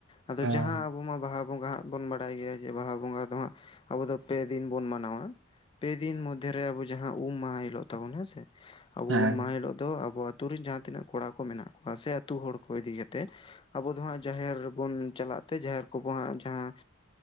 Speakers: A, on the left (about 25°); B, on the right (about 70°).
A: ᱟᱫᱚ
B: ᱦᱮᱸ
A: ᱡᱟᱦᱟᱸ ᱟᱵᱚ ᱢᱟ ᱵᱟᱦᱟ ᱵᱚᱸᱜᱟ ᱦᱟᱸᱜ ᱵᱚᱱ ᱵᱟᱲᱟᱭ ᱜᱮᱭᱟ, ᱡᱮ ᱵᱟᱦᱟ ᱵᱚᱸᱜᱟ ᱫᱚ ᱦᱟᱸᱜ ᱟᱵᱚ ᱫᱚ ᱯᱮ ᱫᱤᱱ ᱵᱚᱱ ᱢᱟᱱᱟᱣᱟ ᱯᱮ ᱫᱤᱱ ᱢᱚᱫᱽᱫᱷᱮ ᱨᱮ ᱟᱵᱚ ᱡᱟᱦᱟᱸ ᱩᱢ ᱢᱟᱦᱟ ᱦᱤᱞᱳᱜ ᱛᱟᱵᱩᱱ ᱦᱮᱸ ᱥᱮ, ᱟᱵᱚ
B: ᱦᱮᱸ
A: ᱩᱢ ᱢᱟᱦᱟ
B: ᱦᱮᱸ
A: ᱦᱤᱞᱳᱜ ᱫᱚ ᱟᱵᱚᱣᱟᱜ ᱟᱹᱛᱩ ᱨᱮᱱ ᱡᱟᱦᱟᱸ ᱛᱤᱱᱟᱹᱜ ᱠᱚᱲᱟ ᱠᱚ ᱢᱮᱱᱟᱜ ᱠᱚᱣᱟ, ᱥᱮ ᱟᱹᱛᱩ ᱦᱚᱲ ᱠᱚ ᱤᱫᱤ ᱠᱟᱛᱮ ᱟᱵᱚ ᱫᱚ ᱦᱟᱸᱜ ᱡᱟᱦᱮᱨ ᱵᱚᱱ ᱪᱟᱞᱟᱜ ᱛᱮ ᱡᱟᱦᱮᱨ ᱠᱚᱵᱚ ᱦᱟᱸᱜ ᱡᱟᱦᱟᱸ